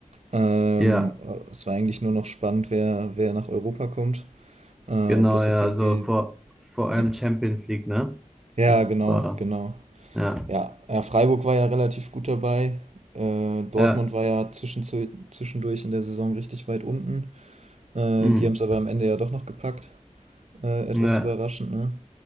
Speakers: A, on the right; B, in the centre.
A: Ähm,
B: Ja,
A: äh, es war eigentlich nur noch spannend, wer, wer nach Europa kommt. Äh,
B: genau,
A: ob das
B: ja,
A: jetzt irgendwie.
B: also vor, vor allem
A: Ja,
B: Champions League, ne?
A: ja,
B: Das
A: genau,
B: war,
A: genau.
B: ja,
A: Ja, ja, Freiburg war ja relativ gut dabei. Äh, Dortmund
B: ja,
A: war ja zwischenzu- zwischendurch in der Saison richtig weit unten. Äh,
B: mm,
A: die haben es aber am Ende ja doch noch gepackt. Äh, etwas
B: ja,
A: überraschend, ne?